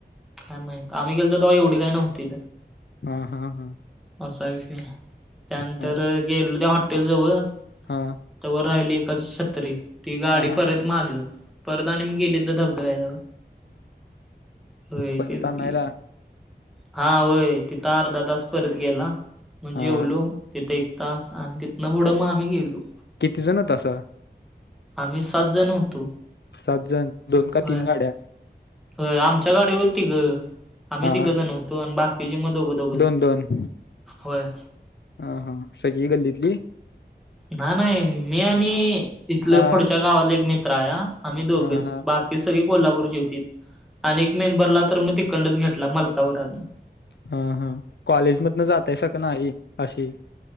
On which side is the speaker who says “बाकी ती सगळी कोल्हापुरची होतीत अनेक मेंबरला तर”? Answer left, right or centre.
Centre